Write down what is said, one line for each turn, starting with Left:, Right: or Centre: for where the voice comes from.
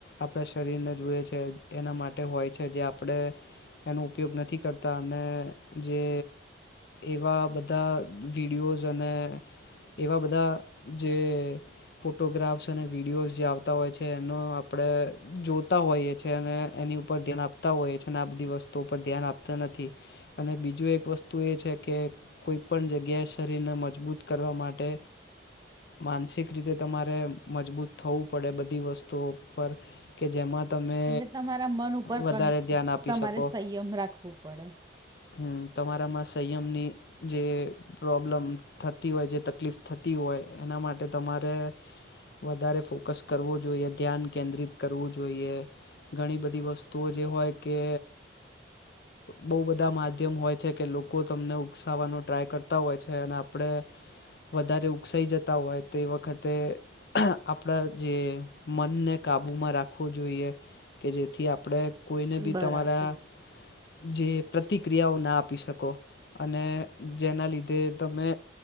Left: આપણા શરીરને જુએ છે. એના માટે હોય છે જે આપણે એનો ઉપયોગ નથી કરતા અને જે એવા બધા વિડીયોઝ અને એવા બધા જે ફોટોગ્રાફ્સ અને વિડીયોઝ જે આવતા હોય છે એનો આપણે જોતા હોઈએ છેએ અને એની પર ધ્યાન આપતા હોય છે અને આ બધી વસ્તુ પર ધ્યાન આપતા નથી. અને બીજું એક વસ્તુ એ છે કે કોઈ પણ જગ્યાએ શરીરને મજબૂત કરવા માટે માનસિક રીતે તમારે મજબૂત થવું પડે બધી વસ્તુઓ પર કે જેમાં તમે
Right: એટલે તમારા મન ઉપર
Left: વધારે
Right: કન
Left: ધ્યાન આપી
Right: તમારે
Left: શકો.
Right: સંયમ રાખવું પડે.
Left: હમ. તમારામાં સંયમની જે પ્રોબ્લમ થતી હોય જે તકલીફ થતી હોય એના માટે તમારે વધારે ફોકસ કરવો જોઈએ. ધ્યાન કેન્દ્રિત કરવું જોઈએ. ઘણી બધી વસ્તુઓ જે હોય કે બહુ બધા માધ્યમ હોય છે કે લોકો તમને ઉકસવાનો ટ્રાય કરતાં હોય છે અને આપણે વધારે- ઉકસાઈ જતા હોય તે વખતે આપણા જે મનને કાબુમાં રાખવો જોઈએ કે જેથી આપણે કોઈને બી
Right: બરાબર
Left: તમારા જે પ્રતિક્રિયાઓના આપી શકો અને જેના લીધે તમે